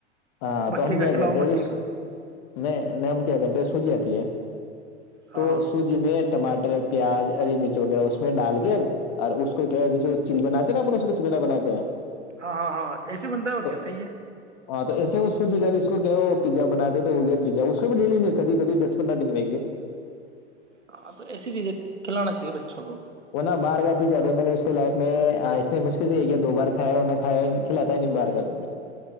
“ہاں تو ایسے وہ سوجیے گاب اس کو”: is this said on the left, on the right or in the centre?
Left